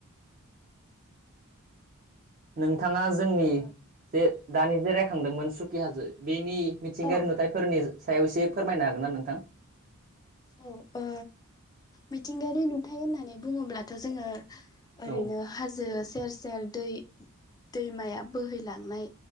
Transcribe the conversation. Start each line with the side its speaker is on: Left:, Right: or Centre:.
Right: नों थाङा जोंनि
Left: ओ
Right: जे दानि जे रायखांदोंमोन। सुकि हाजो बेनि मिथिंगायारि
Left: औ
Right: नुथायफोरनि सायाव एसे फोरमायनो हागोन ना नोंथां?
Left: औ ओ मिथिंगायारि नुथाय होननानै बुङोब्लाथ' जोङो ओरैनो
Right: औ
Left: हाजो सेर सेर दै दैमाया बोहैलांनाय